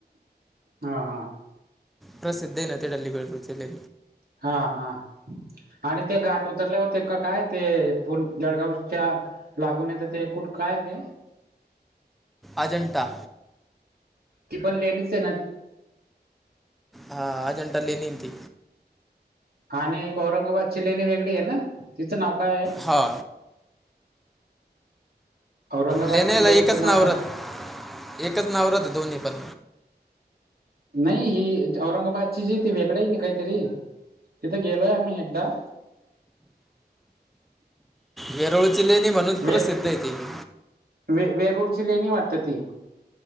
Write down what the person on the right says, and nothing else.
हा हा हा.
हा हा. आणि ते गाठ उतरले होते का काय ते पु जळगावच्या. लागून येत ते कूठ काय ते.
ती पण लेणीच आहे ना.
आणि एक औरंगाबादची लेणी वेगळी आहे ना, तिचं नाव काय आहे?
औरंगाबाद
च्या लेणीचं
नाव
काय?
नाही ही औरंगाबादची जी ती वेगळंही नाही काहीतरी तिथे गेलोय आम्ही एकदा.
वेर
वे- वेरूरची लेणी वाटत ती.